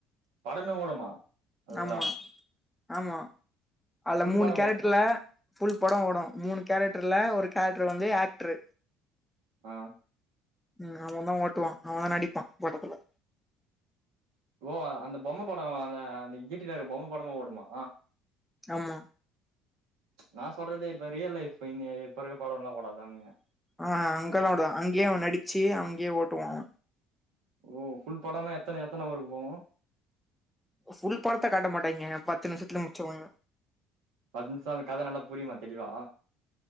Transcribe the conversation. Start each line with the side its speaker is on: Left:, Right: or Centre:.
Right: படமே ஓடுமா அதுக்குள்ள
Centre: ஆமா ஆமா அதுல
Right: ஃபுல்
Centre: மூணு
Right: படோ
Centre: கேரக்டர்ல
Right: ஓடுமா
Centre: ஃபுல் படம் ஓடும் மூணு கேரக்ட் ட்டர்லே ஒரு கேரக்டர் வந்து ஆக்டரு
Right: ஆஹ்
Centre: ம் அவதா ஓட்டுவா அவதா நடிப்பா படத்துல
Right: ஓ அந்த பொம்ம பட அந்த அன்னக்கி டிவிலே பொம்ம படமு ஓடுமா
Centre: ஆமா
Right: நா சொல்றதே இப்ப ரியல் லைஃப் இ இப்ப இருக்க படம்ல ஒடாதுதானங்க
Centre: ஆஹ் அங்கெல்லா ஒடுவாங்க அங்கயே அவன் நடிச்சு அங்கேயே ஓட்டுவா அவன்
Right: ஓ ஃபுல் படம்லா எத்தன எத்தன ஊருக்கு போகு
Centre: ஃபுல் படத்த காட்ட மாட்டாங்க பத்து நிமிஷத்துலே முடிச்சுவாங்கே
Right: பத்து நிமிஷோ அந்த கத நல்லா புரியுமா தெளிவா